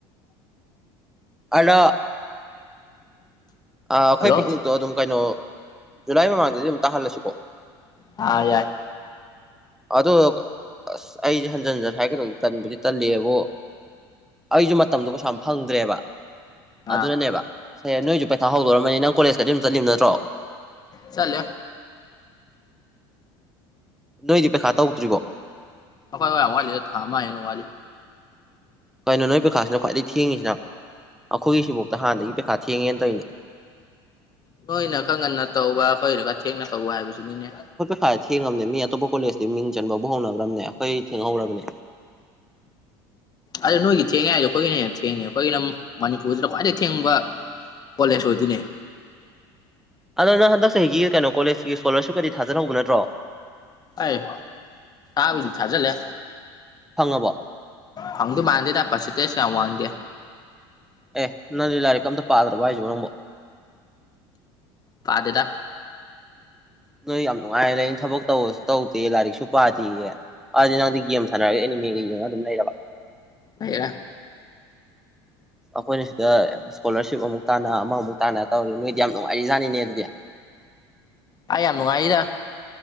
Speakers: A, in the centre; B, on the left.
A: ꯑꯅ ꯑ ꯑꯈꯣꯏ
B: ꯍꯜꯂꯣ
A: ꯄꯤꯛꯅꯤꯛꯇꯣ ꯑꯗꯨꯝ ꯀꯩꯅꯣ ꯖꯨꯂꯥꯏ ꯃꯃꯥꯡꯗꯗꯤ ꯑꯗꯨꯝ ꯇꯥꯍꯜꯂꯁꯤꯀꯣ꯫
B: ꯑ ꯌꯥꯏ
A: ꯑꯗꯣ ꯑꯁ ꯑꯩꯖꯦ ꯍꯟꯖꯟ ꯍꯟꯖꯟ ꯍꯥꯏꯒꯗꯧ ꯇꯟꯕꯨꯗꯤ ꯇꯜꯂꯛꯑꯦꯕꯣ ꯑꯩꯖꯨ ꯃꯇꯝꯗꯣ ꯀꯁꯨ ꯌꯥꯝ ꯐꯪꯗ꯭ꯔꯦꯕ꯫
B: ꯑꯥ
A: ꯑꯗꯨꯅꯅꯦꯕ ꯁꯦ ꯅꯣꯏꯁꯨ ꯄꯩꯈꯥ ꯍꯧꯗꯣꯔꯝꯃꯅꯤ ꯅꯪ ꯀꯣꯂꯦꯖꯀꯗꯤ ꯑꯗꯨꯝ ꯆꯠꯂꯤꯕ ꯅꯠꯇ꯭ꯔꯣ?
B: ꯆꯠꯂꯦ꯫
A: ꯅꯣꯏꯗꯤ ꯄꯩꯈꯥ ꯇꯧꯗ꯭ꯔꯤꯕꯣ?
B: ꯑꯈꯣꯏ ꯌꯥꯝ ꯋꯥꯠꯂꯤꯗ ꯊꯥ ꯑꯃꯥ ꯍꯦꯟꯅ ꯋꯥꯠꯂꯤ꯫
A: ꯀꯩꯅꯣ ꯅꯣꯏ ꯄꯩꯈꯥꯁꯤꯅ ꯈ꯭ꯋꯥꯏꯗꯩꯩ ꯊꯦꯡꯉꯤꯁꯤꯅ ꯑꯩꯈꯣꯏꯒꯤ ꯁꯤꯕꯣꯛꯇ ꯍꯥꯟꯅꯗꯒꯤ ꯄꯩꯈꯥ ꯊꯦꯡꯉꯦꯅ ꯇꯧꯏꯅꯦ꯫
B: ꯅꯣꯏꯅ ꯈꯔ ꯉꯟꯅ ꯇꯧꯕ ꯑꯈꯣꯏꯒꯤꯅ ꯈꯔ ꯊꯦꯡꯅ ꯇꯧꯕ ꯍꯥꯏꯕꯁꯤꯅꯤꯅꯦ꯫
A: ꯐ ꯊꯦꯡꯉꯝꯅꯦ ꯃꯤ ꯑꯇꯣꯞꯄ ꯀꯣꯂꯦꯖꯇꯤ ꯃꯤꯡ ꯆꯟꯕꯕꯥꯎ ꯍꯧꯅꯒꯔ꯭ꯝꯅꯦ ꯑꯩꯈꯣꯏ ꯊꯦꯡꯍꯧꯔꯕꯅꯦ꯫
B: ꯑꯗꯨ ꯅꯣꯏꯒꯤ ꯊꯦꯡꯉꯦ ꯍꯥꯏꯁꯦ ꯈꯣꯏꯒꯤꯅ ꯍꯦꯟꯅ ꯊꯦꯡꯉꯦ ꯑꯩꯈꯣꯏꯒꯤꯅ ꯃꯅꯤꯄꯨꯔꯁꯤꯗ ꯈ꯭ꯋꯥꯏꯗꯩꯩ ꯊꯦꯡꯕ ꯀꯣꯂꯦꯖ ꯑꯣꯏꯗꯨꯅꯦ꯫
A: ꯑꯗꯣ ꯅꯪ ꯍꯟꯗꯛ ꯆꯍꯤꯒꯤ ꯀꯩꯅꯣ ꯀꯣꯂꯦꯁꯀꯤ ꯁꯀꯣꯂꯔꯞꯀꯗꯤ ꯊꯥꯖꯟꯍꯧꯕ ꯅꯠꯇ꯭ꯔꯣ?
B: ꯑꯥꯏ ꯊꯥꯕꯨꯗꯤ ꯊꯥꯖꯜꯂꯦ꯫
A: ꯐꯪꯉꯕꯣ
B: ꯐꯪꯗꯨ ꯃꯥꯟꯗꯦꯗ ꯄꯥꯁꯦꯟꯇꯦꯁ ꯌꯥꯝ ꯋꯥꯡꯗꯦ꯫
A: ꯑꯦ ꯅꯪꯗꯤ ꯂꯥꯏꯔꯤꯛꯀ ꯑꯝꯇ ꯄꯥꯗ꯭ꯔꯕ ꯍꯥꯏꯖꯤꯕꯣ ꯅꯪꯕꯣ꯫
B: ꯄꯥꯗꯦꯗꯥ
A: ꯅꯣꯏ ꯌꯥꯝ ꯅꯨꯡꯉꯥꯏꯅ ꯂꯩꯅ ꯊꯕꯛ ꯇꯧꯕꯁꯨ ꯇꯧꯗꯦ ꯂꯥꯏꯔꯤꯛꯁꯨ ꯄꯥꯗꯦꯌꯦ꯫ ꯑꯗꯤ ꯅꯪꯗꯤ ꯒꯦꯝ ꯁꯥꯟꯅꯔ ꯑꯦꯅꯤꯃꯦꯒꯥ ꯌꯦꯡꯉ ꯑꯗꯨꯝ ꯂꯩꯔꯕ?
B: ꯂꯩꯔꯦ
A: ꯑꯈꯣꯏꯅ ꯁꯤꯗ ꯁꯀꯣꯂꯥꯔꯁꯤꯞ ꯑꯃꯨꯛ ꯇꯥꯅ ꯑꯃꯃꯨꯛ ꯇꯥꯅ ꯇꯧꯔꯤ ꯅꯣꯏꯗꯤ ꯌꯥꯝ ꯅꯨꯡꯉꯥꯏꯔꯤꯖꯥꯠꯅꯤꯅꯦ ꯑꯗꯨꯗꯤ꯫
B: ꯑꯩ ꯌꯥꯝ ꯅꯨꯡꯉꯥꯏꯔꯤꯗ꯫